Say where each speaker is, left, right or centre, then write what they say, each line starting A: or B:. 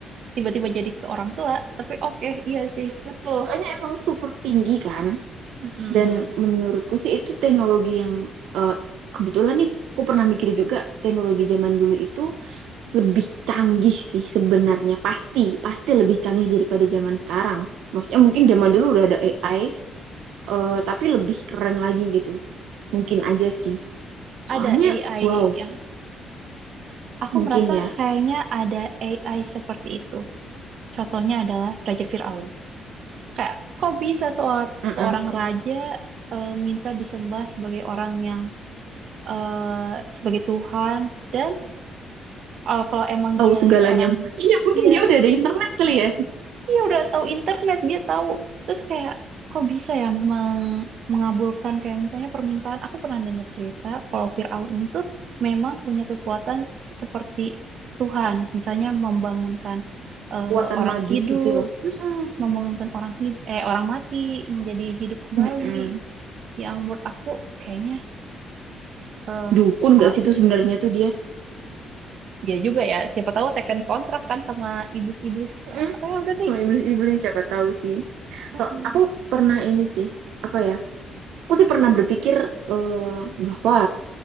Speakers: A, on the right; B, on the right.
A: tiba-tiba jadi ke orang tua tapi oke iya sih betul
B: soalnya emang super tinggi kan.
A: Mm-mm.
B: Dan menurutku sih itu teknologi yang eh, kebetulan nih, aku pernah mikir juga teknologi zaman dulu itu lebih canggih sih sebenarnya. Pasti, pasti lebih canggih daripada zaman sekarang. Maksudnya mungkin zaman dulu udah ada AI, eh, tapi lebih keren lagi gitu. Mungkin aja sih.
A: ada
B: Soalnya,
A: AI
B: wow,
A: yang aku
B: mungkin
A: merasa
B: ya.
A: kayaknya ada AI seperti itu contohnya adalah Raja Fir'aun Kayak kok bisa seorang
B: Mm-mm.
A: seorang raja eh, minta disembah sebagai orang yang eh, sebagai Tuhan dan eh, kalau emang
B: Tahu
A: dia
B: segalanya.
A: seorang
B: <laughs> Iya, mungkin
A: iya
B: dia udah ada internet kali ya.
A: Iya udah tahu internet dia tahu. Terus kayak kok bisa ya meng- mengabulkan kayak misalnya permintaan. Aku pernah dengar cerita kalau Firaun ini tuh memang punya kekuatan seperti Tuhan, misalnya membangunkan eh,
B: Kekuatan
A: orang
B: magis
A: hidup,
B: gitu ya.
A: Mm-mm, membangunkan orang hid- eh orang mati menjadi hidup kembali.
B: Mm-mm.
A: Yang menurut aku kayaknya eh,
B: Dukun
A: al-
B: gak sih tuh sebenarnya tuh dia?
A: ya juga ya. Siapa tahu teken kontrak kan sama iblis-iblis
B: Mm-mm.
A: kayak, oh ya udah nih.
B: Sama iblis-iblis siapa tahu sih.
A: Mm-mm.
B: So, aku pernah ini sih, apa ya? Aku sih pernah berpikir eh, bahwa